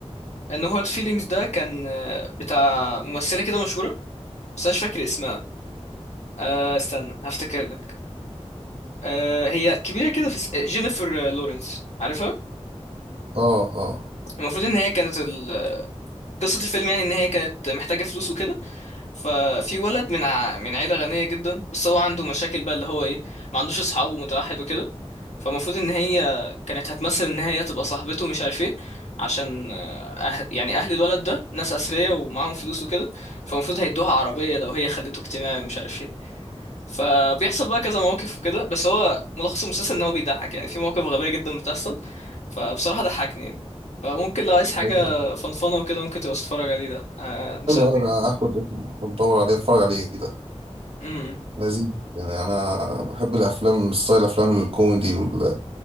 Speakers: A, on the left (about 85°); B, on the right (about 55°).
A: No Hard Feelings ده كان آه، بتاع ممثلة كده مشهورة بس أنا مش فاكر اسمها آه استنى هفتكر لك آه، هي كبيرة كده في الس- جينيفر آه، لورنس عارفها
B: اه اه
A: المفروض ان هي كانت ال... قصة الفيلم يعني ان هي كانت محتاجة فلوس وكده ففي ولد من ع... من عيلة غنية جدا بس هو عنده مشاكل بقى اللي هو ايه ما عندوش اصحاب ومتوحد وكده فالمفروض ان هي كانت هتمثل ان هي تبقى صاحبته ومش عارف ايه عشان آه، أه... يعني اهل الولد ده ناس اثرياء ومعاهم فلوس وكده فالمفروض هيدوها عربية لو هي خليته اجتماعي ومش عارف ايه فبيحصل بقى كذا مواقف وكده بس هو ملخص المسلسل ان هو بيضحك يعني في مواقف غبية جدا بتحصل فبصراحة ضحكني يعني فممكن لو عايز حاجة
B: أيوة، أيوة.
A: فنفنة وكده ممكن تبقى تتفرج عليه ده آه مسلي
B: حلو أوي أنا
A: يعني.
B: هاخد اسمه أدور عليه أتفرج عليه ده
A: امم
B: لذيذ يعني أنا بحب الأفلام ستايل أفلام الكوميدي وال...